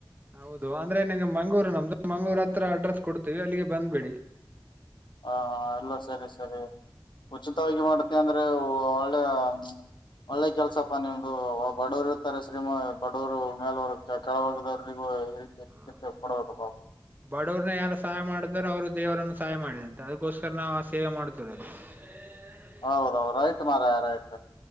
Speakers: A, on the right; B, on the left.
A: ಹೌದು ಅಂದ್ರೆ ನಿಂಗೆ ಮಂಗಳೂರು ನಮ್ದು ಮಂಗೂರ್ ಹತ್ರ ಅಡ್ರೆಸ್ ಕೊಡ್ತೀವಿ ಅಲ್ಲಿಗೆ ಬಂದ್ಬೇಡಿ
B: ಹ ಎಲ್ಲ ಸರಿ ಸರಿ ಉಚಿತವಾಗಿ
A: ಹ
B: ಮಾಡತಿ ಅಂದ್ರೆ ಒಳ್ಳೆ ಹ್ಮ ಒಳ್ಳೆ ಕೆಲ್ಸ ಪ್ಪ ನಿಮ್ದು ಬಡವರು ಇರ್ತಾರೆ ಶ್ರೀಮ ಬಡವರು ಮೇಲವರು ಕೆಳವಗದವ್ರಿಗೂ
A: ಹ
B: ಚ <unintelligible>
A: ಬಡವ್ರನ್ನ ಯಾರು ಸಹಾಯ ಮಾಡತಾರೋ ಅವ್ರು ದೇವರನ್ನ ಸಹಾಯ ಮಾಡಿದ ಅಂತೆ ಅದಕ್ಕೋಸ್ರ ನಾವು ಆ ಸೇವೆ ಮಾಡತವೇ ಹ <unintelligible>
B: ಹೌದೌಹೌದ ರೈಟ್ ಮಾರಯ ರೈಟ್